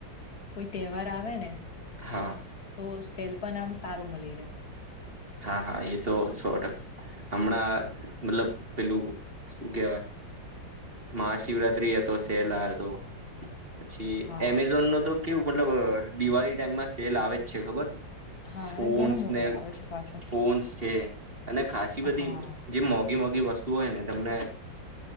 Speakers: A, on the left; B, on the right.
A: કોઈ તહેવાર આવેને
B: હા
A: તો સેલ પણ આમ સારું મળી રહે.
B: હા હા એ તો સો ટકા. હમણાં મતલબ પેલું શું કેહેવાય? મહાશિવરાત્રીએ હતો સેલ આ હતો. પછી
A: હા.
B: એમેઝોનનો તો કેવું મતલબ અ દિવાળી ટાઈમમાં સેલ આવે જ છે ખબર?
A: હા
B: ફોનસ્
A: અને ઘણો મોટો
B: અને
A: આવે છે પાછો.
B: ફોનસ્ છે. અને ખાસ્સી બધી
A: હા.
B: જે મોઘી મોઘી વસ્તુ હોયને. તમને